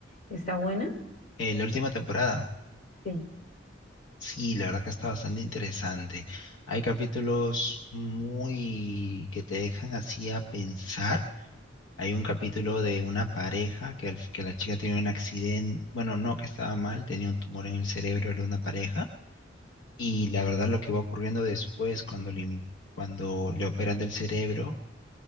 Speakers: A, on the left (about 50°); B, on the left (about 80°).
A: ¿Está buena?
B: Eh, la última temporada,
A: Sí.
B: sí, la verdad que está bastante interesante. Hay capítulos muy que te dejan así a pensar. Hay un capítulo de una pareja que, al- que la chica tiene un accidente, bueno, no, que estaba mal, tenía un tumor en el cerebro, era una pareja Y la verdad lo que va ocurriendo después cuando le, im- cuando le operan del cerebro